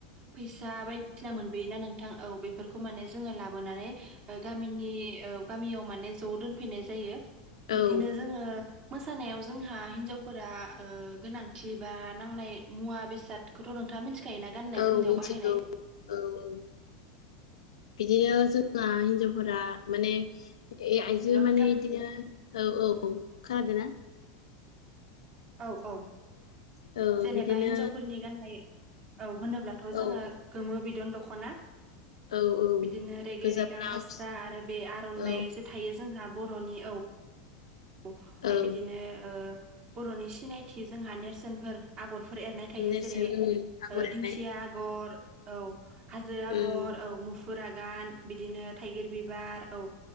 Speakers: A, on the right; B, on the left.
A: फैसा बायदिसिना मोनबोयोना नोंथां औ बेफोरखौ माने जोङो लाबोनानै गामिनि ओ गामियाव माने ज' दोनफैनाय जायो बिदिनो
B: औ
A: जोङो मोसानायाव जोंहा हिनजावफोरा ओ गोनांथि बा नांनाय मुवा बेसादखौथ' नोंथाङा मिथि गाननाय जोमनायाव
B: औ मिथिगौ
A: बाहायनाय <inaudible>
B: औ औ बिदिनो जोंना हिनजावफोरा माने ए आइजो
A: हेल'
B: माने
A: नोंथां
B: इदिनो औ औ खोनादों ना
A: औ औ
B: औ
A: जेनेबा
B: बिदिनो
A: हिनजावफोरनि गाननाय औ होनोब्लाथ'
B: औ
A: जोङो गोमो बिदि गोदान दखना
B: औ औ
A: बिदिनो रेगे
B: गोजा
A: रेगां
B: ब्लाउस
A: फास्रा आरो बे आर'नाइ
B: औ
A: जे थायो जोंहा बर'नि औ ओमफ्राय
B: औ
A: बिदिनो ओ बर'नि सिनायथि जोंहा नेरसोनफोर आगर फोर एरनाय थायो
B: नेरसोन
A: जेरै
B: उम आगर एरनाय
A: दिंखिया आगर औ हाजो आगर
B: उम
A: औ फुरागान बिदिनो थाइगिर बिबार औ